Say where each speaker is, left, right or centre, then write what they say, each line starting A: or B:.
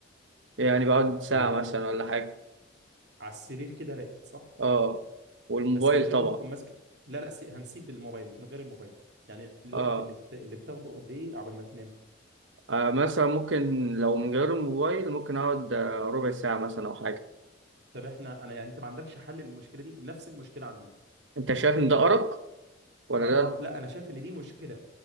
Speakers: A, on the right; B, on the right.
A: يعني بقعد ساعة
B: يعني أنا
A: مثلا ولا حاجة
B: على السرير كده راقد صح
A: اه والموبايل
B: بس من غير
A: طبعا
B: ما تكون ماسك لا لا سي- هنسيب الموبايل من غير الموبايل يعني الوقت
A: اه,
B: اللي بت... اللي بتاخده قد ايه قبل ما تنام
A: آه مثلا ممكن لو من غير الموبايل ممكن اقعد آه، ربع ساعة مثلا او حاجة
B: طب احنا انا يعني انت ما عندكش حل للمشكله دي نفس المشكله عندي
A: انت شايف ان ده ارق ولا
B: اه
A: ده
B: اه لا انا شايف ان دي مشكله